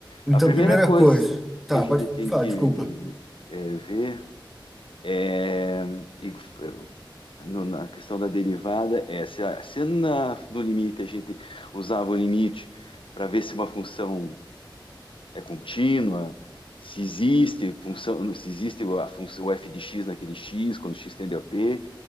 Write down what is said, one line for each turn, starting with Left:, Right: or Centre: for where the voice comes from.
Centre: Então,
Left: A primeira
Centre: primeira
Left: coisa
Centre: coisa, tá,
Left: que a gente
Centre: pode
Left: tem
Centre: falar,
Left: que
Centre: desculpa.
Left: é, ver É, e é, no- na questão da derivada, é se, a- se na, no limite a gente usava o limite para ver se uma função é contínua, se existe função, se existe a função f de x naquele x, quando x tende a p.